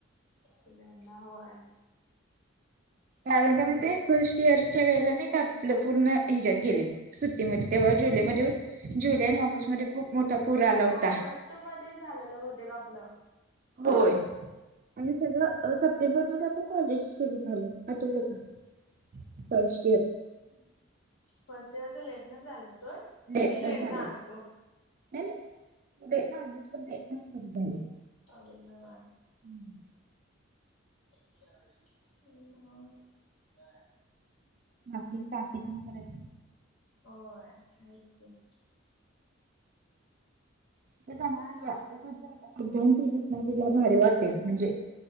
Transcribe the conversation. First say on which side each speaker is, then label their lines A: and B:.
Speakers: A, on the left (about 75°); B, on the right (about 45°).
A: फले म्हणला होय.
B: कारं का मग ते फर्स्ट इयरच्या वेळेला नाही का आपलं पूर्ण ह्याच्या्यात गेले. सुट्टीमध्ये तेव्हा
A: सुट्टीत
B: जुलैमध्ये जुलै आणि ऑगस्ट मध्ये खूप मोठा पूर आला होता.
A: ऑगस्ट मध्ये झालेलं होत का आपलं.
B: होय आणि सगळं. स्टेंबर मध्ये आपण कॉलेज सुरू झालं आठवलं का फर्स्ट इयर.
A: फर्स्ट इयरच लेट नाही झालं. सोड
B: नटन
A: मी लेट
B: झाले.
A: न आलतो
B: नाही नाही पण झाली.
A: ॉलेज हवाय.
B: हम्म.
A: ह.
B: बाकीकीथून करत.
A: हो माच क
B: ते सांग
A: काय
B: तुझला तू जर अप्यान केलीस ना तुला भारी वाटते म्हणजे